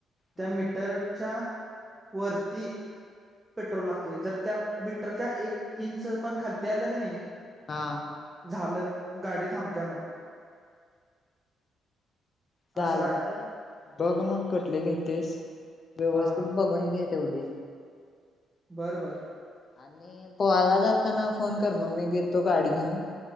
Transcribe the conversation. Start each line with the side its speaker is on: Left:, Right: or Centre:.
Right: त्या
Left: हम्म
Right: मीटरच्या वर्ती पेट्रोल लागते जर त्या मीटरच्या एक इंच पण खालती आलं क नाही
Left: हा.
Right: झालं गाडी थांबत्या मग.
Left: चालते
Right: असं आहे
Left: बघ मग कुठली घेतोस व्यवस्थित
Right: हा
Left: बघून घे. तेवढी.
Right: बरबर.
Left: आणि पोहायला जाताना फोन कर मग मी घेतो गाडी घेऊन.